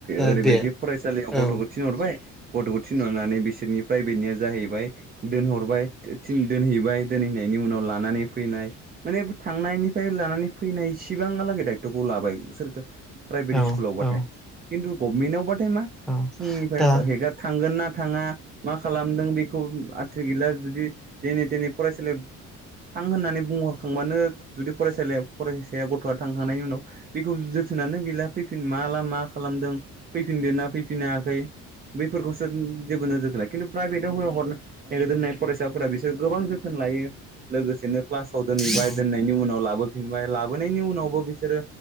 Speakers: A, in the centre; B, on the right.
A: ओ
B: ओरैबायदि
A: बे
B: फरायसालियाव
A: औ
B: गथ'खौ थिनहरबाय गथ'खौ थिनरनानै बिसोरनि प्राइभेटनिया जाहैबाय दोनहरबाय दोनहैबाय दोनहैनायनि उनाव लानानै फैनाय माने थांनायनिफ्राय लानानै फैनायसिबांआ लागै दा खौ लाबाय सोरखौ प्राइभेट
A: औ
B: स्कुलावबाथाय
A: औ
B: खिन्थु गभमेन्टआवबा नाथाय मा
A: औ
B: फुंनिफ्राय
A: दा
B: हेगार थांगोन ना थाङा मा खालामदों बेखौ आथ्रि गैला जुदि जेने देने फरायसालियाव थां होननानै बुंहरखांबानो जुदि फरायसालि फरायसाया गथ'आ थांखांनायनि उनाव बेखौ जोथोनानो गैला फैफिन मा लामा खालामदों फैफिनदो ना फैफिन हायाखै बैफोरखौसो जेबो नोजोरथोन ल खिन्थु प्राइभेटाव ह दोननाय फरायसाफोरा बिसोर गोबां जोथोन लायो लोगोसेनो क्लासाव दोनहैबाय
A: औ
B: दोननायनि उनाव लाबो बिनिफ्राय लाबोनायनि उनावबो बिसोरो